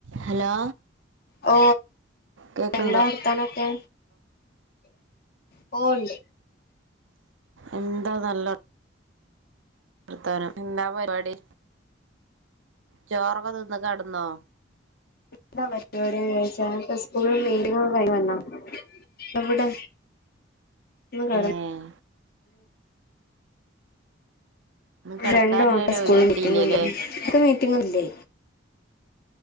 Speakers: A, on the right (about 80°); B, on the left (about 50°).
A: hello
B: ഓ
A: കേക്ക്ണ്ടോ
B: എന്താ വർത്താനൊക്കെ പോണ്ടേ
A: എന്താ നല്ല വർത്താനം എന്നാ പരിപാടി ചോറൊക്കെ തിന്ന് കടന്നോ
B: എന്താ പരിപാടി ചോദിച്ച സ്കൂളും മെയിലുകളും കഴിഞ്ഞ് വന്നോ എവിടെ ഒന്ന് കടന്ന
A: ഏഹ് ഇന്ന് കെടക്കാനില്ലല്ലോ
B: രണ്ട് മക്കളുടെ സ്കൂളി
A: ഒഴിവ് കിട്ടിയില്ലല്ലേ
B: മീറ്റിങ്ങ് ഉണ്ട് അവിടെ മീറ്റിങ്ങില്ലേ